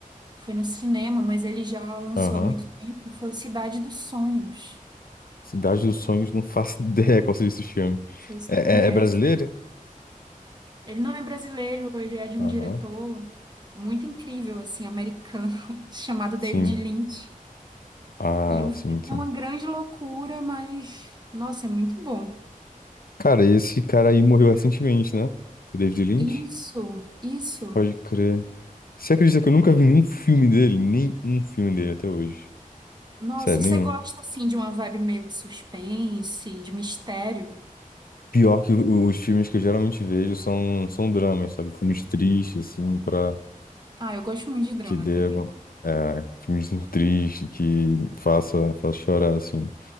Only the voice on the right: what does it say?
foi no cinema, mas ele já lançou
há muito tempo, foi o Cidade dos Sonhos.
Não sei se
conhece.
Ele não é brasileiro, ele é de
um diretor muito incrível, assim, americano, <laughs> chamado David
Lynch.
E o filme
é uma grande loucura, mas, nossa, é muito bom.
Isso, isso.
Nossa,
você
gosta assim de uma vibe meio de suspense, de mistério?
Ah, eu gosto muito de drama
também.